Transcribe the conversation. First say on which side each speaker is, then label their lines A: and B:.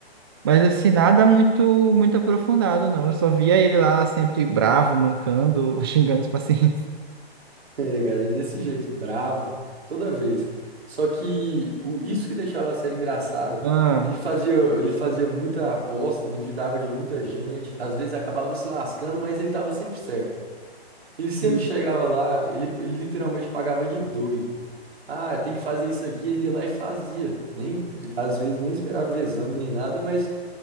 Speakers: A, on the right; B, on the right.
A: Mas assim, nada muito muito aprofundado, não. Eu só via ele lá sempre bravo, mancando, <laughs> xingando os pacientes.
B: É, cara, é desse jeito, bravo, toda vez. Só que o, isso que deixava a série engraçada,
A: Ah,
B: ele fazia, ele fazia muita aposta, duvidava de muita gente, às vezes acabava se lascando, mas ele tava sempre certo. Ele sempre
A: e,
B: chegava lá, ele, ele literalmente pagava de doido. Ah, tem que fazer isso aqui, ele ia lá e fazia. Nem, às vezes nem esperava exame nem nada, mas